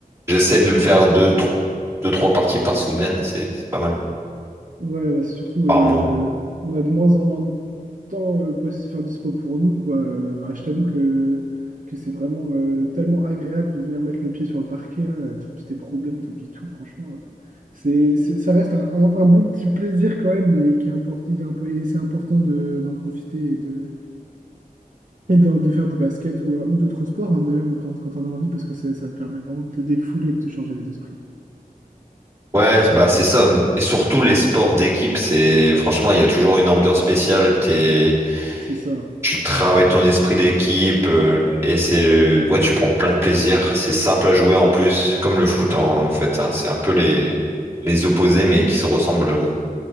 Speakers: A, on the right; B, on the right.
A: J'essaie de me faire deux, tro- deux, trois parties par semaine, c'est c'est pas mal.
B: Ouais, ouais, c'est surtout,
A: Par
B: euh,
A: mois.
B: on a de moins en moins de temps euh, possi- enfin, dispo pour nous, quoi. Euh, bah, je t'avoue que, que c'est vraiment euh, tellement agréable de venir mettre le pied sur le parquet, là. T'oublies tes problèmes, t'oublies tout, franchement. euh. C'est, c'est- ça reste un, un- un bon petit plaisir quand même, et qui est import- il est impo- et c'est important de, d'en profiter et de, et de de, faire du basket ou, euh, ou d'autres sports, hein, d'ailleurs, quand, quand on a envie, parce que c'est- ça te permet vraiment de te défouler et de te changer les esprits.
A: Ouais, bah c'est ça. Et surtout les sports d'équipe, c'est franchement, il y a toujours une ambiance spéciale. T'es...
B: C'est ça. hein.
A: Tu travailles ton esprit d'équipe euh, et c'est ouais, tu prends plein de plaisir. C'est simple à jouer en plus, comme le foot en fait. hein. C'est un peu les les opposés, mais qui se ressemblent